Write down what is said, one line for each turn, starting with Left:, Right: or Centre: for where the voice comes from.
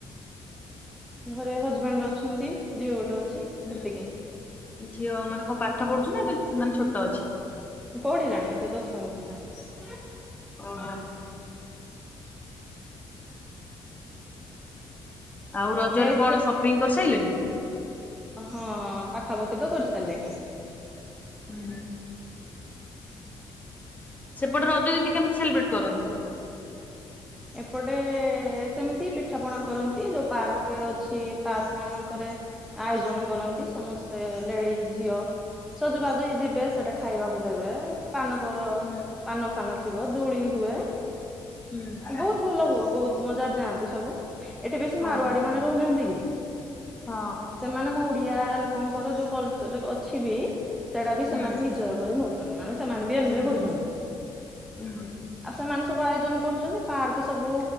Centre: ଘରେ ହଜବାଣ୍ଡ ଅଛନ୍ତି। ଝିଅ ଗୋଟେ ଅଛି। ସେତିକି
Left: ହୁଁ ଝିଅ ମାନେ କଣ ପାଠ ପଢୁଛୁ ନା ଏ ମାନେ ଛୋଟ ଅଛି?
Centre: ପଢିଲାଣି ସେ ଦଶମ ପଢିଲାଣି।
Left: ଓହୋ। ଆଉ ରଜରେ
Centre: ମେସ୍
Left: କଣ
Centre: ରେ
Left: ସପିଂ କରିସାରିଲଣି?
Centre: ହଁ ପାଖାପାଖି ତ କରିସାରିଲଣି।
Left: ହୁଁ। ସେପଟେ ରଜ ଦିଦି କେମିତି ସେଲିବ୍ରେଟ୍ କରନ୍ତି?
Centre: ଏପଟେ ସେମିତି ପିଠାପଣା କରନ୍ତି ଯୋଉ ପାର୍କ ଅଛି ପାର୍କ ମାନଙ୍କରେ ଆୟୋଜନ କରନ୍ତି ସମସ୍ତେ ଲେଡିଜ ଝିଅ ସଜବାଜ ହେଇ କି ଯିବେ ସେଠି ଖାଇବାକୁ ଦେବେ। ପାନ ପାନ
Left: ହୁଁ
Centre: ଫାନ ଥିବ ଦୋଳି ହୁଏ।
Left: ହୁଁ।
Centre: ବହୁତ ଭଲ ହୁଅ ବହୁତ ମଜାରେ ଯାଆନ୍ତି ସବୁ ଏଠି ବେଶୀ ମାରଆଡି
Left: ଓହୋ।
Centre: ମାନେ ରହୁନାହାନ୍ତି କି?
Left: ହଁ।
Centre: ସେମାନେ ମୋ ଓଡିଆ ଲୋକଙ୍କର ଯୋଉ କଲଚର ଅଛି ବି ସେଟା ବି ସେମାନେ
Left: ହୁଁ
Centre: ନିଜର କରି ନଉ ମାନେ ସେମାନେ ବି ଏନଜୟ
Left: ଉଁ
Centre: କରୁଛନ୍ତି
Left: ହୁଁ ଉଁ ହୁଁ
Centre: ଆଉ ସେମାନେ ସବୁ ଆୟୋଜନ କରୁଛନ୍ତି। ପାର୍କ ସବୁ